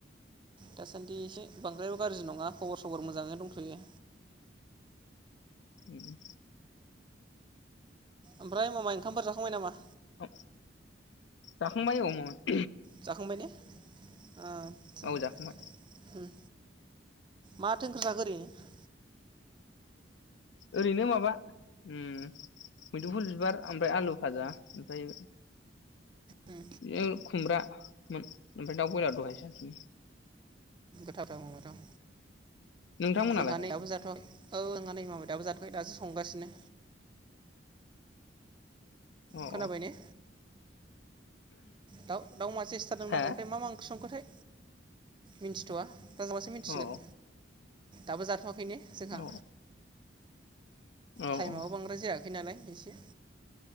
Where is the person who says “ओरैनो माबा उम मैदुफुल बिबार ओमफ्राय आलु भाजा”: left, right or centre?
Left